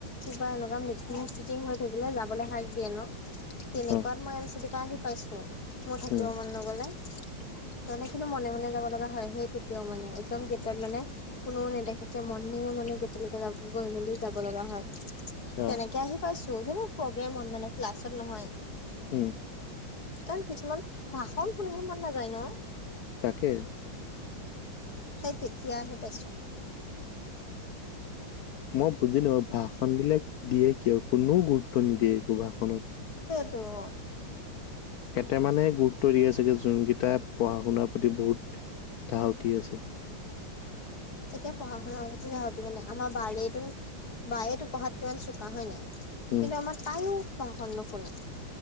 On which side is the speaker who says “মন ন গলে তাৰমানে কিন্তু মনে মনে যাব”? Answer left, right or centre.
Left